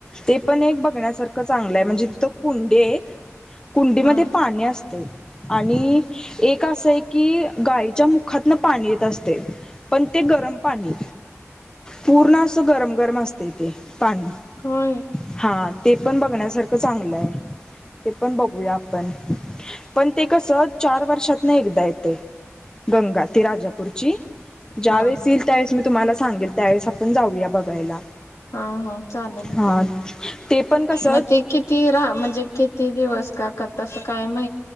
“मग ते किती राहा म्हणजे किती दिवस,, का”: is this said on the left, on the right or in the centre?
Left